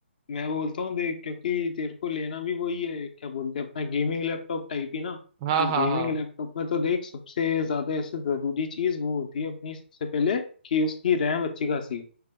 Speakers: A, on the left; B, on the right.
A: मैं बोलता हूँ देख क्योंकि तेरे को लेना भी वही है क्या बोलते हैं अपना गेमिंग लैपटॉप टाइप ही ना
B: हाँ
A: तो
B: हाँ
A: गेमिंग
B: हाँ
A: लैपटॉप में तो देख सबसे ज्यादा ऐसे जरूरी चीज वो होती है अपनी सबसे पहले कि उसकी रैम अच्छी खासी हो